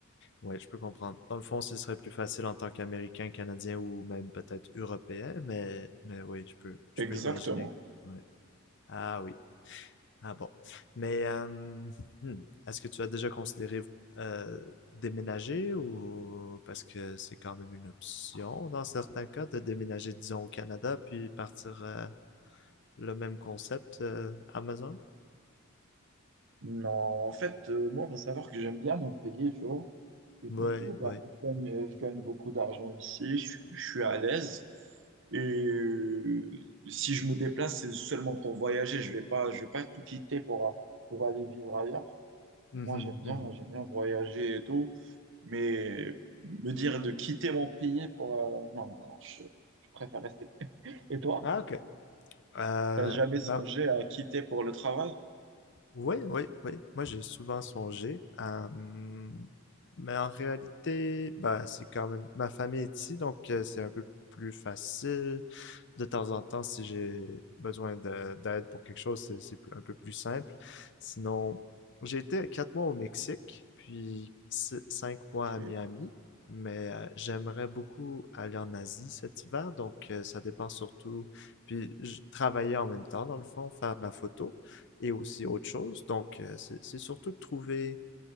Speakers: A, on the left; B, on the right.
A: Ouais, je peux comprendre. Dans le fond, ce serait plus facile en tant qu'Américain, Canadien ou même peut-être Européen, mais mais oui, je peux je
B: Exactement.
A: peux imaginer. Ouais. Ah oui. Ah bon. Mais euh, hmm, est-ce que tu as déjà considéré euh, déménager ou parce que c'est quand même une option dans certains cas de déménager, disons, au Canada puis partir euh, le même concept euh, Amazon?
B: Non, en fait, euh, moi, il faut savoir que j'aime bien mon pays, tu vois. Et
A: Oui,
B: du coup, bah,
A: oui.
B: je gagne, je gagne beaucoup d'argent ici, je, je suis à l'aise. Et euh, si je me déplace, c'est seulement pour voyager. Je vais pas, je vais pas tout quitter pour, pour aller vivre ailleurs.
A: Mhm,
B: Moi, j'aime bien,
A: mhm.
B: j'aime bien voyager et tout, mais me dire de quitter mon pays pour... euh, non, non, je, je préfère rester. Et toi,
A: Ah ok. Euh,
B: t'as jamais songé
A: ben,
B: à quitter pour le travail?
A: Oui, oui, oui. Moi, j'ai souvent songé à... hum, Mais en réalité, bah, c'est quand même... Ma famille est ici, donc euh, c'est un peu plus facile. De temps en temps, si j'ai besoin de- d'aide pour quelque chose, c'est c'est plus- un peu plus simple. Sinon, j'ai été quatre mois au Mexique, puis ci- cinq mois
B: Ok,
A: à Miami. Mais euh, j'aimerais beaucoup aller en Asie cet hiver, donc euh, ça dépend surtout. Puis je travaillais en même temps, dans le fond, faire de la photo et aussi autre chose. Donc, euh, c'est c'est surtout de trouver